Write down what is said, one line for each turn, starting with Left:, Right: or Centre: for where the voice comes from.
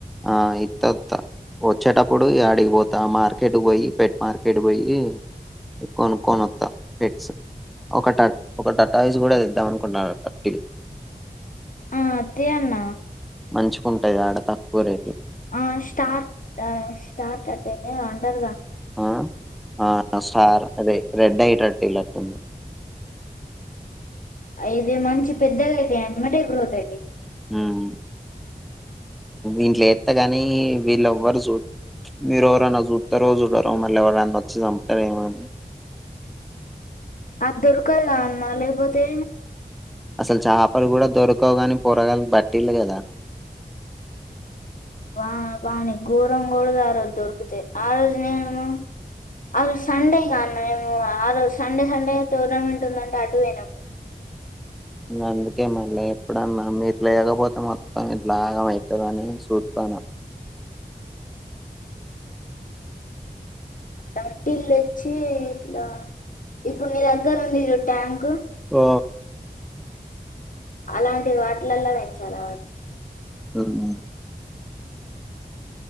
Centre: ఆ ఇత్తే ఒత్త వచ్చేటప్పుడు అడిగిపోతా ఆ మార్కెట్ పోయి పెట్ మార్కెట్ పోయి కొనుక్కొని ఒత్త పెట్స్ ఒక టక్ ఒక టటాయిస్ కుడ ద్దా అనుకున్నా రటిల్
Left: ఆ అ తీ అన్న
Centre: మంచికుంటుంది ఆడత కోరకు
Left: ఆ స్టార్ట్ స్టార్ట్ అట్టే అండరుగా
Centre: ఆ ఆ స్టార్ ర రెడ్ అయిట్ర్టీలట్ంది
Left: ఇది మంచి పెద్దగా అయితే అమటే గ్రోత్ అయిది
Centre: ఉమ్ ఇంట్లో కధు ఎస్త ని వీళ్ళు ఎవ్వరు చూ మీరు ఎవరైనా చూస్తారో చూడరో మళ్ళీ ఎవరు అన్న వచ్చి చంపుతారేమోని
Left: అది దొరకదా అన్న లేకపోతే
Centre: అసలు చపలు కూడా దొరకవు గాని పొరగల్లు బట్టిల్లా కదా
Left: బా బానే ఘోరం కూడా ఆ రోజు దొరుకుతా ఆ రోజు నేను ఆ రోజు సండే కాన్న మేము ఆ రోజు సండే సండే టోర్నమెంట్ ఉందంటే అటు పోయినాము మేము
Centre: అందుకే మళ్ళీ ఎప్పుడన్నా మీరు లేకపోతే మొత్తం మీ లాగంమవుతుందిని చూస్తాను
Left: టర్టీ ఇల్లు వచ్చి ఇట్లా ఇప్పుడు నీ దగ్గర ఉంది ట్యాంక్
Centre: ఓ
Left: అలాంటిది వాటిలల్లో పెంచాలి వాటిని
Centre: ఉమ్